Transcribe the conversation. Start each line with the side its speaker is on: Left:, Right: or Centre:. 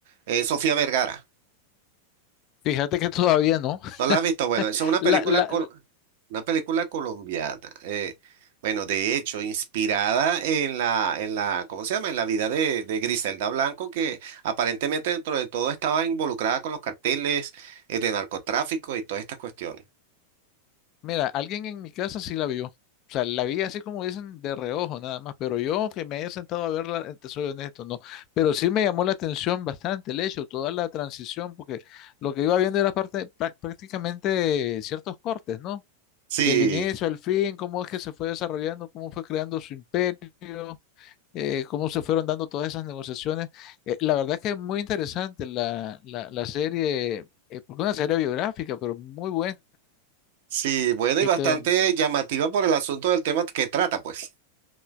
Right: eh, Sofía Vergara.
Left: Fíjate que todavía no. <laughs>
Right: No la has visto. Bueno, eso es una película,
Left: La la
Right: col- una película colombiana. eh, bueno, de hecho, inspirada en la, en la, ¿cómo se llama? En la vida de, de Griselda Blanco, que aparentemente dentro de todo estaba involucrada con los carteles, eh, de narcotráfico y todas estas cuestiones.
Left: Mira, alguien en mi casa sí la vio. O sea, la vi así como dicen de reojo nada más, pero yo que me haya sentado a verla, eh, te soy honesto, no. Pero sí me llamó la atención bastante el hecho, toda la transición, porque lo que iba viendo era parte, prá- prácticamente ciertos cortes, ¿no?
Right: Sí,
Left: Del inicio al fin, cómo es que se fue desarrollando, cómo fue creando su imperio, eh, cómo se fueron dando todas esas negociaciones. Eh, la verdad es que es muy interesante la, la, la serie, eh, porque es una serie biográfica, pero muy buena
Right: sí, bueno,
Left: que
Right: y bastante
Left: te,
Right: llamativa por el asunto del tema que trata, pues.